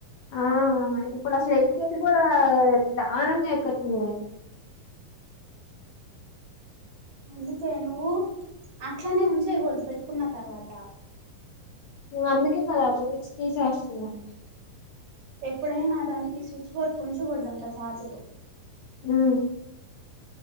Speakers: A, on the left; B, on the right.
A: ఆ ఇప్పుడు అసలు ఎక్కేది కూడా దారనంగా ఎక్కతుంది
B: అందుకే నువ్వు అట్లనే ఉంచేయగూడదు పెట్టుకున్న తర్వాత
A: నువ్ అందుకే కదా చూపించి తీసేస్తున్నావ్
B: ఎప్పుడైనా దానికి స్విచ్ బోర్డు కొంచకూడదంట ఛార్జరు
A: ఆ